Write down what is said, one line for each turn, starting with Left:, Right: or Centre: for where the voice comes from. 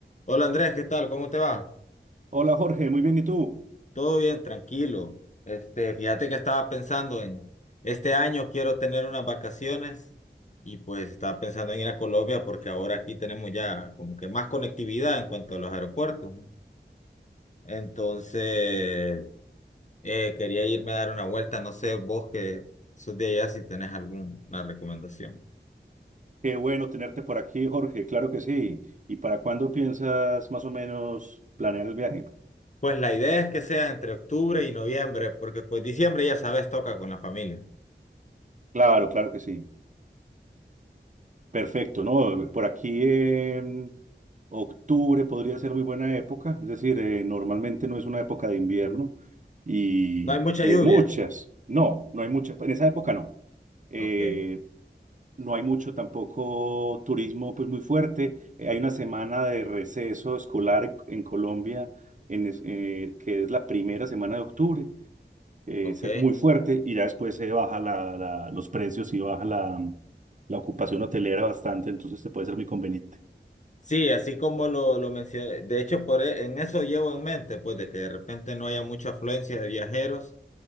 Left: Hola Andrés, ¿qué tal? ¿Cómo te va?
Right: Hola Jorge, muy bien, ¿y tú?
Left: Todo bien, tranquilo. Este, fíjate que estaba pensando en este año quiero tener unas vacaciones y pues estaba pensando en ir a Colombia porque ahora aquí tenemos ya como que más conectividad en cuanto a los aeropuertos, ¿no? Entonces, eh, quería irme a dar una vuelta, no sé, vos que sos de allá si tenés alguna recomendación.
Right: Qué bueno tenerte por aquí, Jorge, claro que sí. ¿Y para cuándo piensas más o menos planear el viaje?
Left: Pues la idea es que sea entre octubre y noviembre, porque pues diciembre ya sabes, toca con la familia.
Right: Claro, claro que sí. Perfecto, ¿no? Por aquí en octubre podría ser muy buena época, es decir, eh, normalmente no es una época de invierno y,
Left: No hay mucha
Right: y
Left: lluvia.
Right: hay muchas, no, no hay muchas, en esa época no. Eh,
Left: Ok,
Right: No hay mucho tampoco turismo pues muy fuerte. Eh, hay una semana de receso escolar en, en Colombia en es- eh, que es la primera semana de octubre. Eh,
Left: ok.
Right: es muy fuerte y ya después se baja la- la- los precios y baja la, la ocupación hotelera bastante, entonces te puede ser muy conveniente.
Left: Sí, así como lo, lo mencioné, de hecho por e- en eso llevo en mente, pues de que de repente no haya mucha afluencia de viajeros,